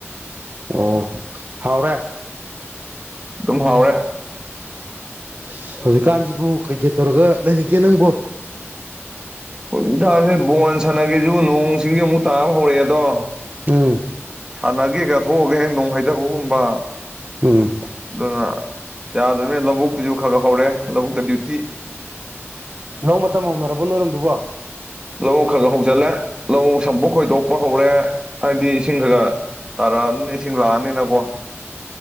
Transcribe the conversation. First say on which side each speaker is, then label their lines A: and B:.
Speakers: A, on the right; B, on the right.
A: ꯑꯣ ꯍꯥꯎꯔꯦ
B: ꯑꯗꯨꯝ ꯍꯥꯎꯋꯦ
A: ꯁꯤ ꯍꯧꯖꯤꯛꯀꯥꯟꯁꯤꯕꯨ ꯀꯩꯀꯩ ꯇꯧꯔꯒ ꯂꯩꯔꯤꯒꯦ ꯅꯪꯕꯣ
B: ꯍꯧꯖꯤꯛꯀꯥꯟꯁꯦ ꯕꯣꯟ ꯁꯥꯟꯅꯒꯦꯁꯨ ꯅꯣꯡ ꯁꯤꯡꯖꯦ ꯑꯃꯨꯛ ꯇꯥꯕ ꯍꯧꯔꯛꯑꯦꯗꯣ
A: ꯎꯝ
B: ꯁꯥꯟꯅꯒꯦ ꯀꯥ ꯊꯣꯛꯑꯨꯒꯦ ꯅꯣꯡ ꯍꯩꯊꯕꯒꯨꯝꯕ
A: ꯎꯝ
B: ꯑꯗꯨꯅ ꯌꯥꯗꯣꯏꯅꯦ ꯂꯧꯕꯨꯛꯇꯗꯤ ꯈ ꯈꯔ ꯍꯧꯔꯦ ꯂꯧꯕꯨꯛꯇ ꯗ꯭ꯌꯨꯇꯤ
A: ꯂꯧ ꯃꯇꯝ ꯍꯧꯅꯔꯕꯣ ꯅꯣꯏꯔꯣꯝꯗꯨꯕꯣ
B: ꯂꯧ ꯈꯔ ꯈ ꯍꯧꯖꯤꯜꯂꯦ ꯂꯧ ꯁꯝꯕꯣꯛ ꯈꯣꯏꯗꯣꯛꯄ ꯍꯧꯔꯦ ꯍꯥꯏꯗꯤ ꯏꯁꯤꯡ ꯈꯒ ꯇꯥꯔꯛꯑꯝꯅꯤꯅ ꯏꯁꯤꯡ ꯂꯥꯛꯑꯅꯤꯅꯀꯣ